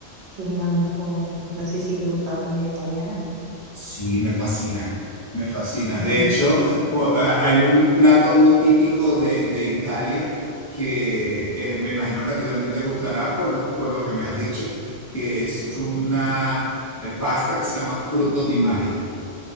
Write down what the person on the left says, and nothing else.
Sí, me fascina, me fascina.
De hecho, bu- a- hay un plato muy típico de, de Italia que eh, me imagino que a ti también te gustará por, por lo que me has dicho, que es
una eh, pasta que se llama fruto di mari.